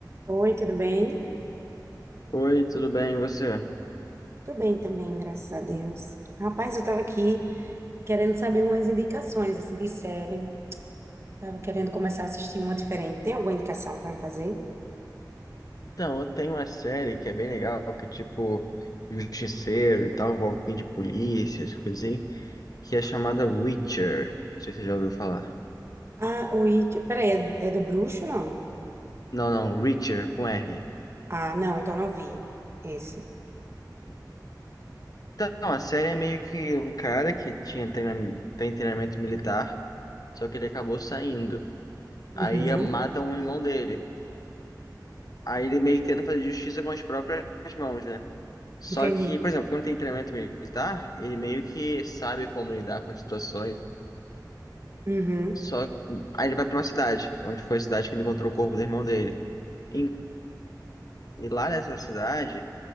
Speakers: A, on the right; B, on the left.
A: Oi, tudo bem?
B: Oi, tudo bem, e você?
A: Tô bem também, graças a Deus. Rapaz, eu tava aqui querendo saber umas indicações, assim, de série. Tava querendo começar a assistir uma diferente. Tem alguma indicação pra me fazer?
B: Então, eu tenho uma série que é bem legal, que é tipo justiceiro e tal, envolve um pouquinho de polícia, essas coisas assim, que é chamada Reacher. Não sei se você já ouviu falar.
A: Ah, o It... Peraí, é, é do Bruxo, não?
B: Não, não, Reacher, com R.
A: Ah, não, então não vi esse.
B: Então, a série é meio que um cara que tinha treinam- tem treinamento militar, só que ele acabou saindo.
A: Uhum,
B: Aí eh, matam um irmão dele. Aí ele meio que tenta fazer justiça com as próprias mãos, né? Só
A: entendi.
B: que, por exemplo, quando tem treinamento militar, ele meio que sabe como lidar com as situações.
A: Uhum,
B: Só que aí ele vai pra uma cidade, onde foi a cidade que ele encontrou o corpo do irmão dele. E, e lá nessa cidade